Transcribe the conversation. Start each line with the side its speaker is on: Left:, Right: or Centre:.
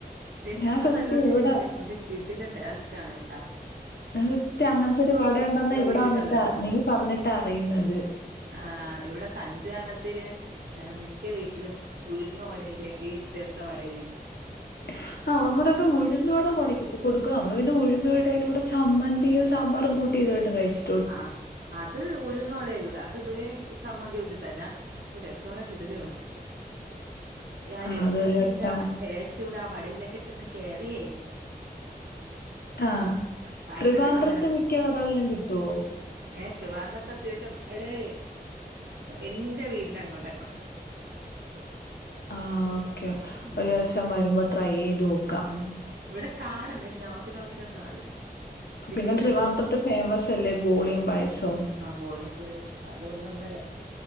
Right: രസം
Left: ഞാൻ സത്യത്തി
Right: നല്ലവത്ത
Left: ഇവിടെ
Right: കിട്ടില്ല പക്ഷെ കിടിലൻ ടെസ്റ്റാണ് ട്ടാ
Left: <unintelligible> അങ്ങനത്തെ ഒരു വാടയുണ്ടെന്ന് ഇവിടെ
Right: വീട്ടിലും
Left: വന്നിട്ടാ
Right: അതാണ്
Left: നീ പറഞ്ഞിട്ടാ അറിയുന്നത്
Right: ആഹ് ഇവിടെ സഞ്ചു അണത്തിന് മിക്ക വീട്ടിലും ഉഴുന്ന് വടയില്ലെങ്കിൽ രസ വട ആയിരിക്കും
Left: <unintelligible> ആ നമ്മുടെ ഇവിടെ ഉഴുന്നുവട കൊടയ്ക്കും കൊടുക്കും നമ്മൾ പിന്നെ ഉഴുന്നവടയിലൂടെ ചമ്മന്തിയും സാമ്പറും കൂട്ടും <unintelligible> കഴിച്ച്
Right: ആഹ് അത് അത് ഉഴുന്ന് വടായിരിക്കുട്ടോ അത് ഇവിടെ ചമ്മന്തി കൂട്ടി തന്നെ പക്ഷെ രസം ഇവിടെ കിടിലമാണ് ആ
Left: ആഹ്
Right: രസത്തിന്റെ
Left: അതൊരു വട്ടം
Right: ആ ടേസ്റ്റ് കൂടെ ആ വടയിലേക്ക് ചെന്ന് കേയറിയേ
Left: ആഹ്
Right: വായിന്ന്
Left: ത്രിവാൻഡ്രത്ത്
Right: വെള്ളം
Left: മിക്ക കടകളിലും കിട്ടോ
Right: ഏ ത്രിവാൻഡ്രത്ത് അത്യാവശ്യം എടെ എന്റെ വീടിന്റെ അങ്ങോട്ടൊക്കെ ഉണ്ട്
Left: ആഹ് ഓക്കെ
Right: ഉം
Left: ഒരു ദിവസം വരുമ്പോ ട്രൈ ചെയ്ത് നോക്ക
Right: ഉം ഇവിടെ കാണും നീ നോക്കി നോക്കി വന്നാ മതി സിറ്റിയിലൊക്കെ
Left: പിന്നെ ട്രിവാൻഡ്രത്ത് ഫേമസ് അല്ലേ ബോളിം പായസവും
Right: ആബോളിം പായസം അത് ഒന്നന്നര